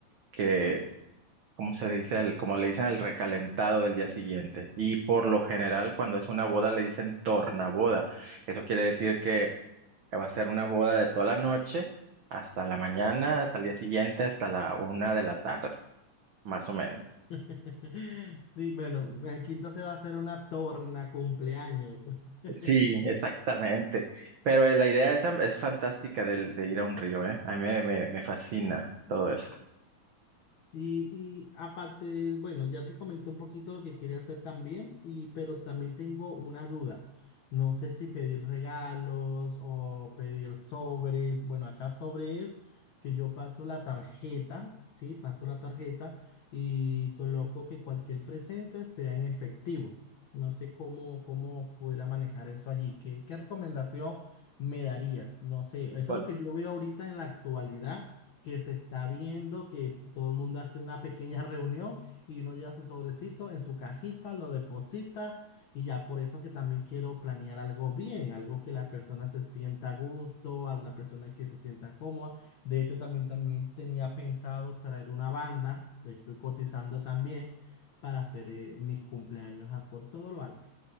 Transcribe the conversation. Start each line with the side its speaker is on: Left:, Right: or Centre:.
Right: que ¿cómo se dice? El, como le dicen, el recalentado del día siguiente. Y por lo general, cuando es una boda, le dicen tornaboda. Eso quiere decir que va a ser una boda de toda la noche hasta la mañana, hasta el día siguiente, hasta la una de la tarde, más o menos.
Left: <laughs> Sí, bueno, aquí entonces va a ser una torna cumpleaños. <laughs>
Right: Sí, exactamente. Pero eh, la idea esa es fantástica del- de, ir a un río, ¿eh? A mí me, me me fascina todo eso.
Left: Y, y aparte, bueno, ya te comenté un poquito lo que quería hacer también, y, pero también tengo una duda. No sé si pedir regalos o pedir sobres. Bueno, acá sobre es que yo paso la tarjeta, ¿sí? Paso la tarjeta y coloco que cualquier presente sea en efectivo. No sé cómo, cómo pudiera manejar eso allí. ¿Qué, qué recomendación me darías? No sé, eso es
Right: Bueno,
Left: lo que yo veo ahorita en la actualidad que se está viendo, que todo el mundo hace una pequeña <laughs> reunión y uno lleva su sobrecito en su cajita, lo deposita y ya por eso que también quiero planear algo bien, algo que la persona se sienta a gusto, a la persona que se sienta cómoda. De hecho, también, también tenía pensado traer una banda, estoy cotizando también para hacer eh, mis cumpleaños a- por todo lo alto.